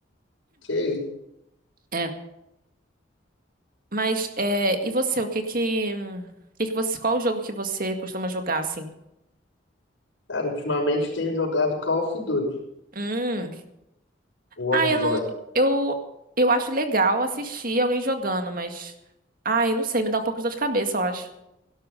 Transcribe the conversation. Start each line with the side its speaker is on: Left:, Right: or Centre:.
Left: que isso?
Right: É. Mas, é, e você, o que que, o que que você, qual o jogo que você costuma jogar, assim?
Left: Cara, ultimamente tenho jogado Call of Duty,
Right: Hum.
Left: Warzone.
Right: Ah, eu não, eu, eu acho legal assistir alguém jogando, mas, ah, eu não sei, me dá um pouco de dor de cabeça, eu acho.